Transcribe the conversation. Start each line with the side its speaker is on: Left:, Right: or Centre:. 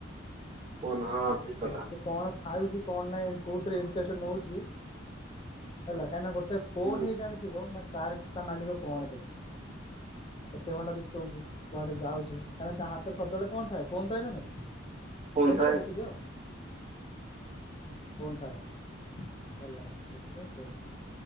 Right: କନ ହଁ ଠିକ
Left: ହେଲା
Right: କଥା।
Left: ସେ କଣ ଖାଉଛି କଣ ନାଇଁ କେଉଁଥିରେ? ନଉଛି ହେଲା କାହିଁ ଗୋଟେ ଏ ଫୋନ୍
Right: ହୁଁ
Left: ହିଁ ଜାଣିଥିବ ମାନେ ତାର ଚତା ମାଲିକ କଣ କରୁଛି କେତେ ଘଣ୍ଟା ଛ କଡେ ଯାଉଛେ? କାରଣ ତା ହାତରେ ସଦାବେଳେ କଣ ଥାଏ କଣ ଥାଏ ନା ନାଇ?
Right: ଫୋନ
Left: ଏବେକା
Right: ଥାଏ
Left: ଦେଖିଦିଅ କଫୋନ୍ ଥାଏ। ହେଲା ସେଥିପାଇଁ ବହୁଝ